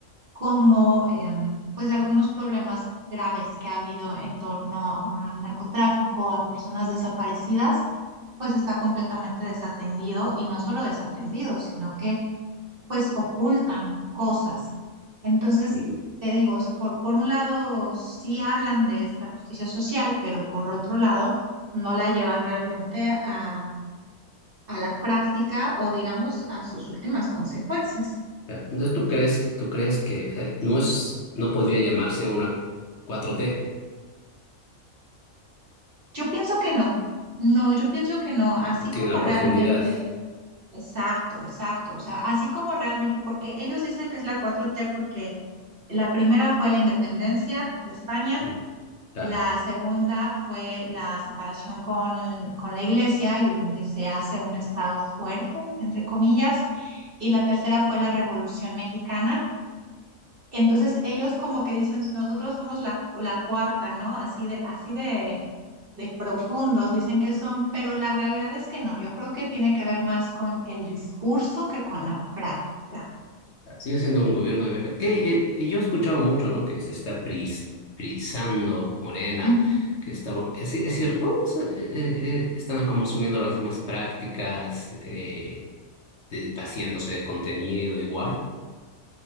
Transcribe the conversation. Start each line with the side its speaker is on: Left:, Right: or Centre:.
Right: como em, pues algunos problemas graves que ha habido en torno a narcotráfico, a personas desaparecidas, pues está completamente desatendido y no solo desatendido, sino que pues ocultan cosas. Entonces,
Left: mm,
Right: te digo, o sea, por, por un lado sí hablan de esta justicia social, pero por otro lado no la llevan realmente a, a la práctica o digamos a sus últimas consecuencias.
Left: ya. Entonces, ¿tú crees, tú crees que eh, no es, no podría llamarse una cuatro t
Right: Yo pienso que no, no, yo pienso que no, así
Left: No tiene
Right: como
Left: la
Right: realmente,
Left: profundidad.
Right: exacto, exacto, o sea, así como realmente, porque ellos dicen que es la cuatro t porque la primera fue la independencia de España,
Left: Mm, Claro.
Right: La segunda fue la separación con, con la iglesia y donde se hace un Estado fuerte, entre comillas. Y la tercera fue la Revolución Mexicana. Entonces ellos como que dicen, nosotros somos la, la cuarta, ¿no? Así de, así de, de profundos dicen que son, pero la realidad es que no. Yo creo que tiene que ver más con el discurso que con la práctica.
Left: claro. Sigue siendo un gobierno de mercado. Que, eh, yo he escuchado mucho, ¿no? Que se está pris- prisando Morena,
Right: Ujú.
Left: que está, ¿es, es cierto? Es, eh, eh, están como asumiendo las mismas prácticas, eh, de- vaciándose de contenido igual.